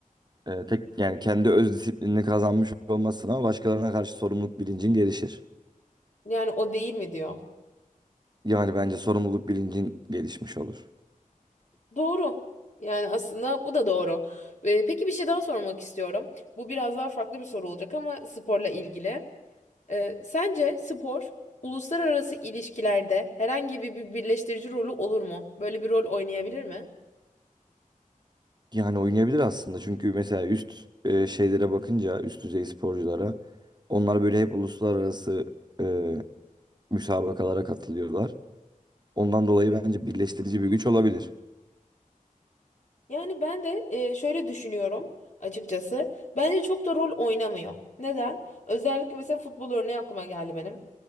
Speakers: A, on the right; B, on the left.
A: E, tek yani kendi öz disiplinini kazanmış olmazsın ama başkalarına karşı sorumluluk bilincin gelişir.
B: Yani o değil mi diyor.
A: Yani bence sorumluluk bilincin gelişmiş olur.
B: Doğru. Yani aslında bu da doğru. Ee, peki bir şey daha sormak istiyorum. Bu biraz daha farklı bir soru olacak ama sporla ilgili. Ee, sence spor uluslararası ilişkilerde herhangi bir, bir birleştirici rolü olur mu? Böyle bir rol oynayabilir mi?
A: Yani oynayabilir aslında çünkü mesela üst e, şeylere bakınca üst düzey sporculara onlar böyle hep uluslararası e, müsabakalara katılıyorlar. Ondan dolayı bence birleştirici bir güç olabilir.
B: Yani ben de e, şöyle düşünüyorum açıkçası. Bence çok da rol oynamıyor. Neden? Özellikle mesela futbol örneği aklıma geldi benim.